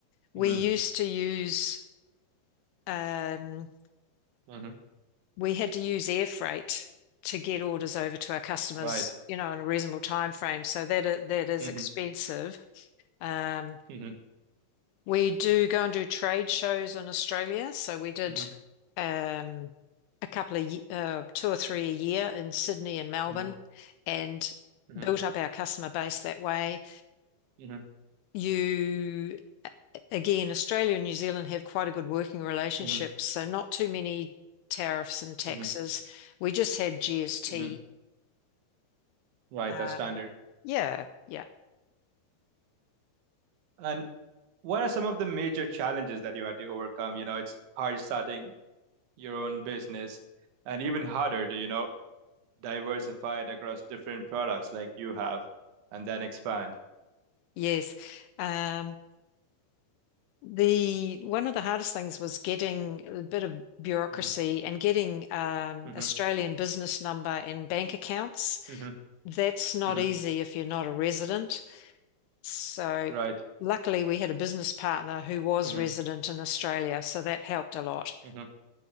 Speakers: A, on the left; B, on the right.
A: we
B: hmm
A: used to use um,
B: hmm
A: we had to use air freight to get orders over to our customers,
B: Right.
A: you know, in a reasonable time frame. So that i- that is
B: hmm
A: expensive. Um,
B: hmm
A: We do go and do trade shows in Australia. So we did
B: hmm
A: um, a couple of, ye- uh, two or three a year in Sydney and Melbourne
B: hmm
A: and
B: hmm
A: built up our customer base that way.
B: hmm
A: You, again, Australia and New Zealand have quite a good working relationship.
B: hmm
A: So not too many tariffs and taxes.
B: hmm
A: We just had GST.
B: hmm Right.
A: Uh,
B: That's standard.
A: yeah, yeah,
B: And what are some of the major challenges that you had to overcome? You know, it's hard starting your own business, and even harder to you know diversify it across different products like you have, and then expand.
A: yes. Um, The one of the hardest things was getting a bit of bureaucracy
B: hmm
A: and getting um,
B: hmm
A: Australian business number and bank accounts.
B: hmm
A: That's not
B: hmm
A: easy if you're not a resident. So
B: Right.
A: luckily we had a business partner who was
B: hmm
A: resident in Australia, so that helped a lot.
B: hmm